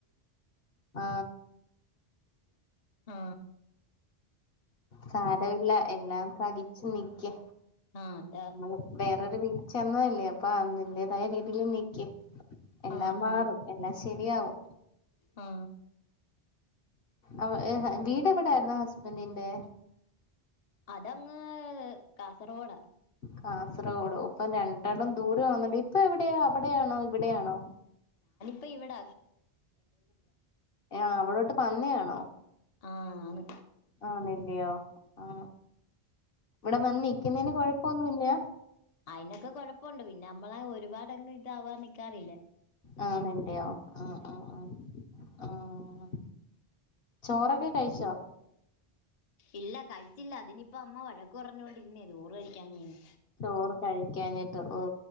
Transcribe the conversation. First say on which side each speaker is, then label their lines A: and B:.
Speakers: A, on the left; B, on the left.
A: ആ
B: ആ
A: സാരവില്ല എല്ലാം സഹിച്ചു നിക്ക
B: ആ അതാ
A: നമ്മള് വേറരു വീട്ടിൽ ചെന്നല്ലേ അപ്പൊ അതിന്റെദായ രീതിൽ നിക്കും. എല്ലാം
B: ആ
A: മാറും,
B: ആ
A: എല്ലാം ശരിയാവും
B: ആ
A: ഉ വീട് എവിടൊയിുന്നോ ഹസ്ബൻറിന്റെ?
B: അതങ്ങ് കാസർഗോഡാ
A: കാസർഗോഡോ, ഇപ്പൊ രണ്ടാളും ദൂരം ആന്നല്ലേ. ഇപ്പൊ എവിടെയാ? അവിടയാണോ ഇവിടെയാണോ?
B: പി വിട
A: എ ആ് അവിടോട്ട് പന്നിയാണോ
B: ആഹ്. ആണ്
A: ആ <unintelligible> ആഹ. ആ ഇവിടെ വന്നിക്കുന്നതിന് കൊഴപ്പൊന്നുല്ല്യാ
B: അയിനൊക്കെ കൊഴപ്പോണ്ട്, പിന്നെ നമ്മള ഒരുപാട്ങ്ങ് ഇതാവാൻ നിക്കാറില്ലേ.
A: ആഹ. വണ്ടിയോ ആഹ ആഹ ആ ആഹ ചോറൊക്കെ കഴിച്ചോ?
B: ഇല്ല കഴിച്ചില്ല അതിനിപ്പം അമ്മ വഴക്ക് കു പറഞ്ഞുകൊണ്ടിുന്നേ. ചോർ കഴിക്കാഞെന്
A: ചോറ് കഴിക്കാഞ്ഞിട്ട്. ഓ